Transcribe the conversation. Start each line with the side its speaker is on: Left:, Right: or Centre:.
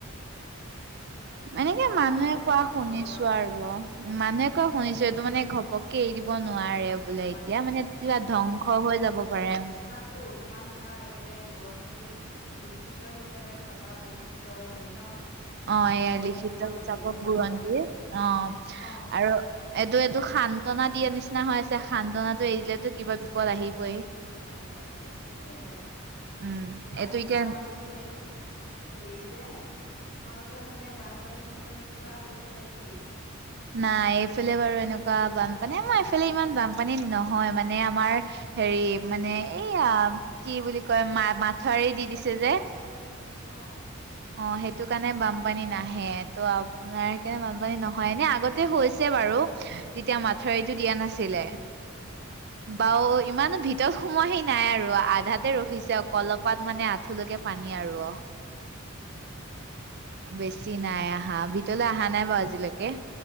Left: এতিয়া
Right: এনেকে
Left: খোৱা
Right: মানুহে
Left: বোৱা হ'ল নে
Right: কোৱা
Left: নাই
Right: শুনিছো
Left: তোমালোকৰ
Right: আৰু আও। উ মানুহে কোৱা শুনিছো এইটো মানে ঘপককে এৰি দিব নোৱাৰে। বোলে
Left: তোমাৰ
Right: এতিয়া মানে কিবা ধ্বংস হৈ যাব পাৰে।
Left: টো কিমান দিনৰ একেবাৰে বুৰঞ্জী লিখিত হিচাপে থকা প্ৰসিদ্ধ হেৰি ন।
Right: অ এয়া
Left: এতিয়া
Right: লিখিত
Left: সেইটো বাৰু
Right: হিচাপৰ
Left: কৰিব নোৱাৰে
Right: বুৰঞ্জীৰ,
Left: অ
Right: অঁ
Left: অ
Right: আৰু এইটো এইটো সান্তনা দিয়া নিচিনা হৈ আছে, সান্তনাটো এৰি দিলেতো কিবা বিপদ আহিবই।
Left: হৈ যাব পাৰে, ‌ সেইটোৱে আৰু
Right: উম
Left: অ
Right: এইটো এতিয়া
Left: বাৰু বিশেষ হেৰি যে তোমালোকৰ সেইপিনে বানপানী চানপানী কিবা হৈছে নেকি?
Right: নাই এইফালে বাৰু এনেকুৱা বানপানী আমাৰ এইফালে ইমান বানপানী নহয় মানে আমাৰ হেৰি মানে এইয়া কি বুলি কয় মা মাথউৰি দি দিছে যে।
Left: অঁ
Right: অঁ সেইটো কাৰণে বানপানী নাহে, তো আপোনাৰ সেইকাৰণে বানপানী নহ য় এনে আগতে হৈছে বাৰু, যেতিয়া মাথাউৰিটো দিয়া নাছিলে। বাও ইমানো ভিতৰত সোমোৱাহি নাই আৰু আধাতে ৰখিছে অকল অলপাত মানে আঁঠুুলৈকে পানী আৰু অ।
Left: উম উম।
Right: বেছি নাই আহা ভিতৰলৈ আহা নাই বাৰু আজিলৈকে।